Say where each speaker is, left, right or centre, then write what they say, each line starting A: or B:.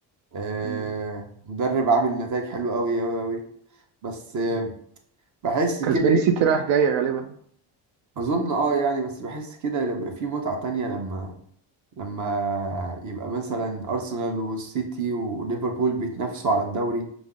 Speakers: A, on the right; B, on the right.
A: آه
B: مم.
A: مدرب عامل نتائج حلوة أوي أوي أوي بس آه بحس كده
B: كسبان
A: إيه
B: السيتي رايح جاي غالبا
A: أظن أه يعني بس بحس كده لما- بيبقى في متعة تانية لما لما يبقى مثلا أرسنال والسيتي وليفربول بيتنافسوا على الدوري